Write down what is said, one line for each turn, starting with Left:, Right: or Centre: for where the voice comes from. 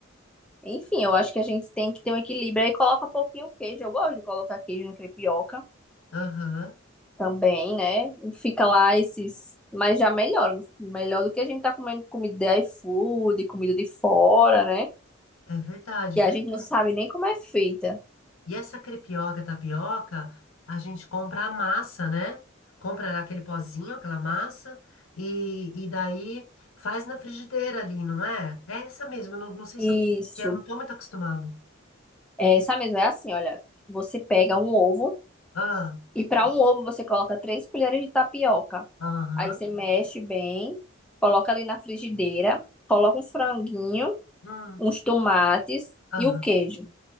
Centre: Enfim, eu acho que a gente tem que ter um equilíbrio. Aí coloca um pouquinho queijo. Eu gosto de colocar queijo na crepioca
Left: Aham,
Centre: também, né? E Fica lá esses. Mas já melhora. Melhor do que a gente tá comendo comida de iFood, comida de fora, né?
Left: é verdade.
Centre: Que a gente não sabe nem como é feita.
Left: E essa crepioca, tapioca, a gente compra a massa, né? Compra aquele pozinho, aquela massa, e, e daí faz na frigideira ali, não é? É essa mesmo. Eu não, não sei
Centre: Isso.
Left: se eu, eu não tô muito acostumada.
Centre: Essa mesa é assim, olha. Você pega um ovo.
Left: Ah,
Centre: E para um ovo, você coloca três colheres de tapioca.
Left: aham,
Centre: Aí você mexe bem, coloca ali na frigideira, coloca um franguinho,
Left: hum,
Centre: uns tomates
Left: aham.
Centre: e o queijo.